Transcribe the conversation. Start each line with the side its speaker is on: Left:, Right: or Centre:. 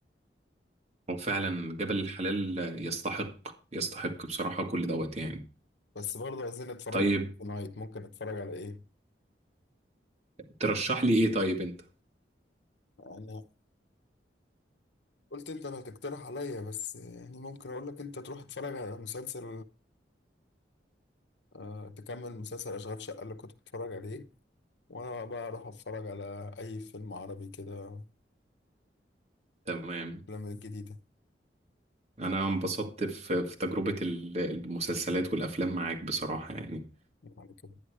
Right: هو فعلا جبل الحلال يستحق يستحق بصراحة كل دوت يعني
Left: بس برضه عايزين نتفرج
Right: طيب
Left: على نايت ممكن اتفرج على ايه
Right: ترشح لي إيه طيب أنت
Left: انا قلت انت اللي هتقترح عليا بس يعني ممكن اقول لك انت تروح تتفرج على مسلسل آه، تكمل مسلسل اشغال شقه اللي كنت بتتفرج عليه وانا بقى اروح اتفرج على اي فيلم عربي كده
Right: تمام
Left: الافلام الجديده
Right: أنا انبسطت في, في تجربة ال- المسلسلات والأفلام معاك بصراحة يعني
Left: يعني كده.